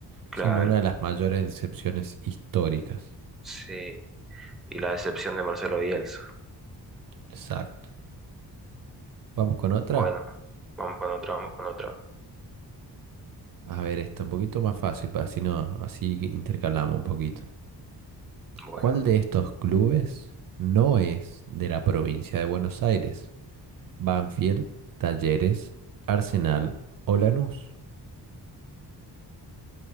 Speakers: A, in the centre; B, on the right.
A: Claro.
B: siendo una de las mayores decepciones históricas.
A: Sí. Y la decepción de Marcelo Bielsa.
B: Exacto. Vamos con otra.
A: Bueno, vamos con otra, vamos con otra.
B: A ver, esta un poquito más fácil, para así no, así que intercalamos un poquito.
A: Bueno,
B: ¿Cuál de estos clubes no es de la provincia de Buenos Aires? Banfield, Talleres, Arsenal o Lanús.